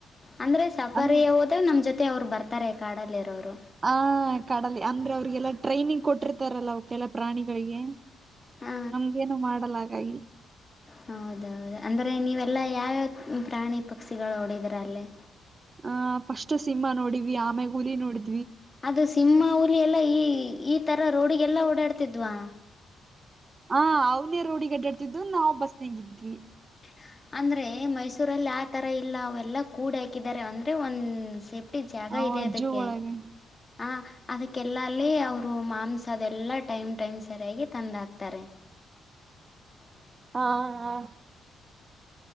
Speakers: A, on the left; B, on the right.
A: ಅಂದ್ರೆ ಸಫಾರಿ
B: ಅಂದ
A: ಹೋದ ನಮ್ ಜೊತೆ ಅವ್ರು ಬರ್ತಾರೆ ಕಾಡಲ್ಲಿ ಇರೋರು
B: ಹ ಕಡಲಿ ಅಂದ್ರೆ ಅವ್ರಿಗೆಲ್ಲ ಟ್ರೈನಿಂಗ್ ಕೊಟ್ಟಿರ್ತಾರಲ್ಲ ಅವ ಕೆಲ ಪ್ರಾಣಿಗಳಿಗೆ
A: ಹಾ
B: ನಮ್ಗೇನು ಮಾಡಲ್ಲ ಹಾಗಾಗಿ
A: ಹೌದೌದು ಅಂದ್ರೆ ನೀವೆ ಅಲ್ಲ ಯಾವ್ಯಾವ ಪ್ರಾಣಿ ಪಕ್ಷಿಗಳು ಹೊಡಿದ್ರ ಅಲ್ಲೇ
B: ಆ ಫಸ್ಟ್ ಸಿಂಹಾ ನೋಡವಿ ಆಮೇ ಹುಲಿ ನೋಡಿದವಿ
A: ಅದು ಸಿಂಹ ಹುಲಿ ಎಲ್ಲಾ ಈ ಈ ತರ ರೋಡಿಗೆಲ್ಲಾ ಓಡಾಡ್ತಿದ್ವಾ
B: ಹ ಅವ್ನೇ ರೋಡಿ ಗಡ್ಡಾಡ್ತಿದ್ದು ನಾವು ಬಸ್ನಗಿದ್ವಿ
A: ಚಿ ಚಾ <unintelligible> ಅಂದ್ರೆ ಮೈಸೂರಲ್ಲಿ ಆ ತರ ಇಲ್ಲ ಅವೆಲ್ಲ ಕೂಡಿ ಹಾಕಿದಿದ್ದಾರೆ ಅಂದ್ರೆ ಒಂದ್ ಸೇಪ್ ಒಟ್ಟಿ ಜಾಗ
B: ಆ
A: ಇದೆ ಅದಕ್ಕೆ
B: ಜೂ ಒಳಗೆ
A: ಹ ಅದಕ್ಕೆಲ್ಲಲ್ಲಿ ಅವರು ಮಾಂಸ ಅದೆಲ್ಲ ಟೈಮ್ ಟೈಮ್ ಸರಿಯಾಗಿ ತಂದು ಹಾಕ್ತಾರೆ ಹಮ್ <inaudible>
B: ಹಾ ಹಾ